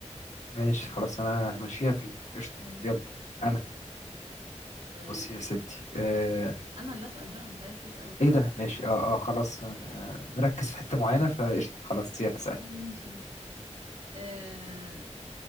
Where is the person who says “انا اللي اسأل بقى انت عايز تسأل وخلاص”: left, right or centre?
Right